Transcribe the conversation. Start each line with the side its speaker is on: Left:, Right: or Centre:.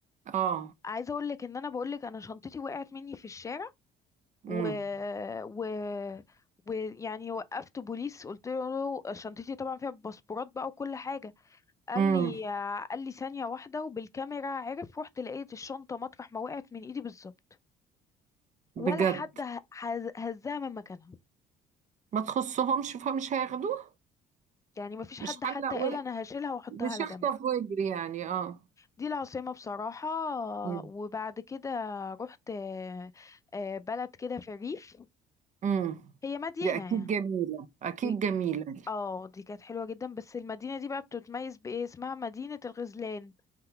Right: اه
Left: عايزة اقول لك ان انا بقول لك انا شنطتي وقعت مني في الشارع و...
Right: امم
Left: و... ويعني وقفت بوليس قلت له شنطتي طبعا فيها باسبورات بقى وكل حاجه قال
Right: امم
Left: لي قال لي ثانيه واحده وبالكاميرا عرف رحت لقيت الشنطه مطرح ما وقعت من ايدي بالظبط
Right: بجد
Left: ولا حد ه- هز- هزها من مكانها
Right: ما تخصهمش فمش هياخدوه
Left: يعني ما فيش حد
Right: مش حلق
Left: حتى قال
Right: و...
Left: انا هشيلها واحطها
Right: مش
Left: على
Right: هخطف
Left: جنب
Right: واجري يعني اه
Left: دي العاصمه بصراحه
Right: امم
Left: وبعد كده رحت آه، آه، بلد كده في الريف
Right: امم
Left: هي مدينه
Right: دي اكيد جميلة اكيد
Left: يعني
Right: جميلة دي
Left: اه دي كانت حلوة جدا بس المدينة دي بقى بتتميز بإيه اسمها مدينة الغزلان